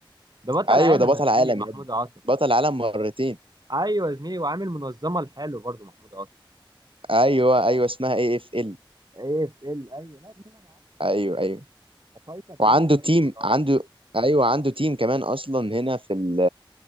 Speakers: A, on the right (about 50°); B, on the right (about 80°).
A: ده بطل
B: ايوه
A: عالم
B: ده بطل
A: يا زميلي
B: عالم
A: محمود
B: يا ابني
A: عاطف
B: بطل عالم مرتين
A: ايوه يا زميلي وعامل منظمه لحاله برضه محمود عاطف
B: ايوه ايوه اسمها اي اف ال
A: ايه في ال ايوه لا يا زميلي انا عارفه ده
B: ايوه ايوه
A: ده فايتر
B: وعنده
A: جامد
B: تيم
A: قوي محمود عاطف
B: عنده ايوه عنده تيم كمان اصلا هنا في ال...